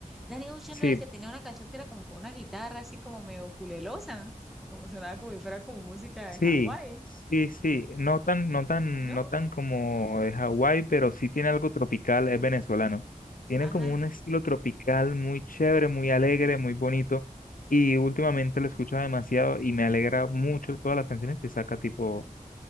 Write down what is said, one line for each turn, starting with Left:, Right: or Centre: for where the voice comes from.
Centre: Danny Ocean
Left: Sí,
Centre: no era el que tenía una canción que era como con una guitarra así como medio culelosa, como sonaba como si fuera como música
Left: sí,
Centre: de Hawái.
Left: sí, sí. No tan, no tan,
Centre: ¿No?
Left: no tan como de Hawái, pero sí tiene algo tropical, es venezolano. Tiene
Centre: Ajá,
Left: como un estilo tropical muy chévere, muy alegre, muy bonito. Y últimamente lo he escuchado demasiado y me alegra mucho todas las canciones que saca, tipo,